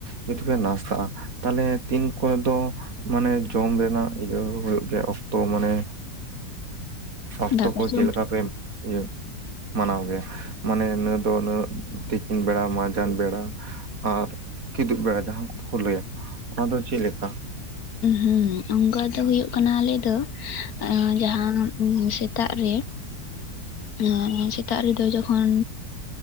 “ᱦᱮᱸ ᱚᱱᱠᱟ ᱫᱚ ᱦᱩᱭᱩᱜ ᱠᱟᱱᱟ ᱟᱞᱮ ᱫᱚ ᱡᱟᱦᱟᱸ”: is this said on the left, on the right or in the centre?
Left